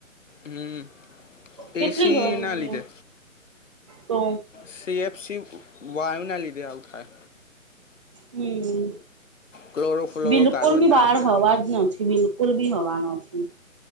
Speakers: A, on the left; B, on the right.
A: હમ
B: કેટલી
A: એસી
B: ગરમી
A: ના લીધે
B: તો
A: સીએફસી વાયુ ના લીધે આવું થાય
B: હમ
A: ક્લોરો ફ્લોરો
B: બિલકુલ
A: કાર્બન
B: બી
A: ના
B: બહાર
A: રીતે
B: હવા જ નથી બિલકુલ બી હોવાનો છી